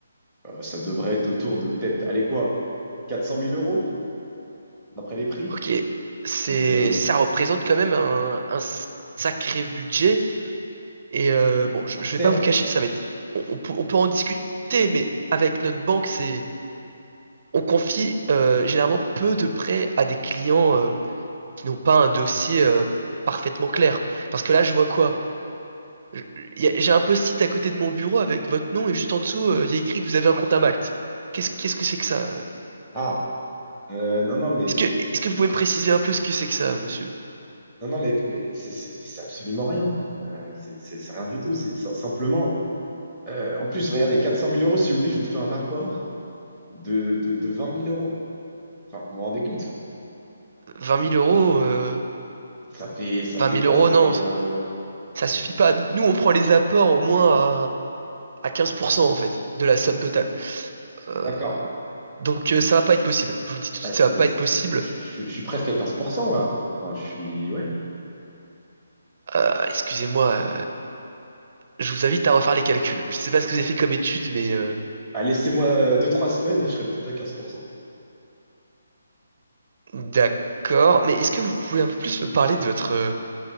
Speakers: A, in the centre; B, on the right.
A: Euh, ça devrait être autour de peut-être, allez quoi, 400 000 euros, d'après les prix.
B: Ok, c'est,
A: Donc, euh,
B: ça représente quand même un, un sacré budget. Et euh, bon, je,
A: Alors
B: je
A: certes,
B: vais pas vous le cacher, ça va être, on, on peut on peut en discuter, mais avec notre banque, c'est, on confie euh, généralement peu de prêts à des clients euh, qui n'ont pas un dossier euh, parfaitement clair. Parce que là, je vois quoi? Je- y a- J'ai un post-it à côté de mon bureau avec votre nom et juste en dessous, euh, il y a écrit que vous avez un compte à Malte. Qu'est-ce qu'est-ce que c'est que ça?
A: ah, euh, non, non, mais,
B: Est-ce que, est-ce que vous pouvez me préciser un peu ce que c'est que ça, monsieur?
A: non, non, mais, mais c'est c'est- c'est absolument rien. Euh, c'est c'est- c'est rien du tout. C'est c'est simplement, euh, en plus, regardez, quatre cent mille euros, si vous voulez, je vous fais un apport de, de, de 20 000 euros. Enfin, vous vous rendez compte?
B: 20 000 euros, euh,
A: Ça fait, ça
B: 20
A: fait
B: 000
A: quoi?
B: euros,
A: Ça fait,
B: non, ça
A: euh,
B: ça suffit pas. Nous, on prend les apports au moins à, à 15% en fait de la somme totale. Euh,
A: d'accord.
B: donc euh, ça va pas être possible. Je vous le dis tout de
A: Bah,
B: suite,
A: c'est,
B: ça va pas
A: c'est-
B: être possible.
A: je, je- je suis presque à 15% là. Enfin, je suis, ouais.
B: Euh, excusez-moi, euh, je vous invite à refaire les calculs. Je sais pas ce que vous avez fait comme étude, mais euh,
A: Ah, laissez-moi euh, deux trois semaines et je serai peut-être à quinze pour cent
B: d'accord. Mais est-ce que vous pouvez un peu plus me parler de votre euh,